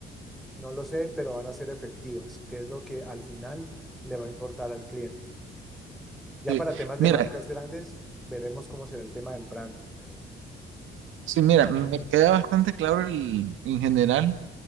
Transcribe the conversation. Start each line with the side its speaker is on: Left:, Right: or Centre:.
Centre: no lo sé, pero van a ser efectivas, que es lo que al final le va a importar al cliente. Ya
Right: Sí,
Centre: para temas
Right: mira,
Centre: de marcas grandes, veremos cómo será el tema del branding, pero
Right: sí, mira, me queda bastante claro el- en general